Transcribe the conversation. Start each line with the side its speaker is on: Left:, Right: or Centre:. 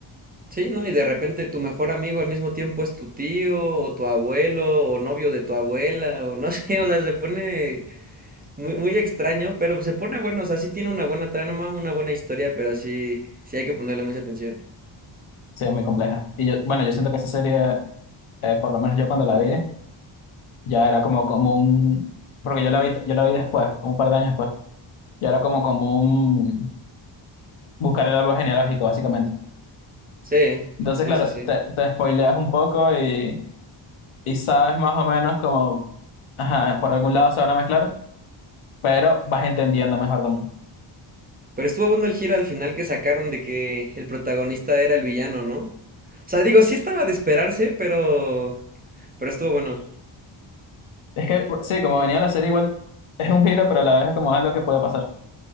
Right: Sí, ¿no? Y de repente tu mejor amigo al mismo tiempo es tu tío o tu abuelo o novio de tu abuela o no <laughs> sé, o sea, se pone muy, muy extraño, pero se pone bueno, o sea, sí tiene una buena trama, una buena historia, pero sí, sí hay que ponerle mucha atención.
Left: Sí, es muy compleja. Y yo, bueno, yo siento que esa serie, eh, por lo menos yo cuando la vi, ya era como, como un, porque yo la vi, yo la vi después, como un par de años después, ya era como, como un buscar el árbol genealógico, básicamente.
Right: Sí,
Left: Entonces,
Right: sí,
Left: claro,
Right: sí, sí.
Left: te, te spoileas un poco y, y sabes más o menos como, ajá, por algún lado se van a mezclar, pero vas entendiendo mejor también.
Right: Pero estuvo bueno el giro al final que sacaron de que el protagonista era el villano, ¿no? O sea, digo, sí estaba de esperarse, pero, pero estuvo bueno.
Left: Es que, sí, como venía la serie igual, es un giro, pero a la vez es como algo que puede pasar.